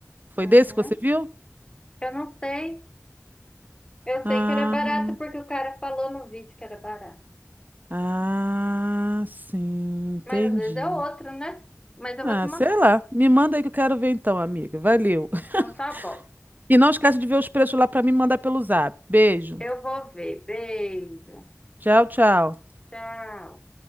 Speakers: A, on the right; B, on the left.
A: Foi
B: Uhum.
A: desse que você viu?
B: Eu não sei. Eu
A: Ah,
B: sei que era barato porque o cara falou no vídeo que era barato.
A: ah, sim, entendi.
B: Mas às vezes é outro, né? Mas eu
A: Ah,
B: vou te mandar.
A: sei lá. Me manda aí que eu quero ver então, amiga. Valeu.
B: Então
A: <laughs>
B: tá bom.
A: E não esquece de ver os preços lá pra mim e mandar pelo zap. Beijo.
B: Eu vou ver. Beijo.
A: Tchau, tchau.
B: Tchau.